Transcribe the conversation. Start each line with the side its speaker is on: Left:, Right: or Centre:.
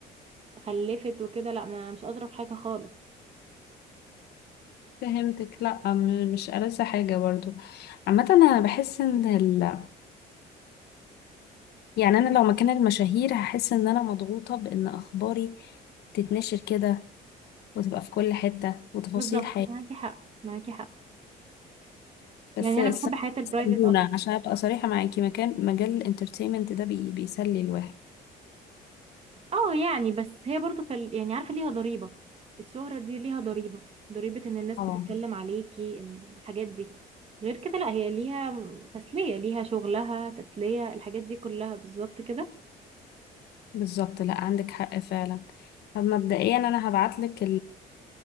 Right: وخلفت وكده لا ما مش اظرف حاجه خالص
Left: فهمتك لا م- مش ألذ حاجة برضو عامة انا بحس ان ال... يعني انا لو مكان المشاهير هحس ان انا مضغوطة بان اخباري تتنشر كده وتبقى في كل حتة وتفاصيل
Right: بالظبط
Left: حياتي
Right: معاكي حق معاكي حق
Left: بس
Right: يعني
Left: الس-
Right: انا بحب حياه البرايفت
Left: بيسلونا
Right: اكتر
Left: عشان ابقى صريحة معاكي مكان مجال الانترتينمنت ده بي... بيسلي الواحد
Right: اه يعني بس هي برضو في ال... يعني عارفه ليها ضريبه الشهره دي ليها ضريبه ضريبه ان الناس
Left: طبعا
Right: بتتكلم عليكي ان الحاجات دي غير كده لا هي ليها تسليه ليها شغلها تسليه الحاجات دي كلها بالظبط كده
Left: بالظبط لا عندك حق فعلا طب مبدئيا انا هبعت لك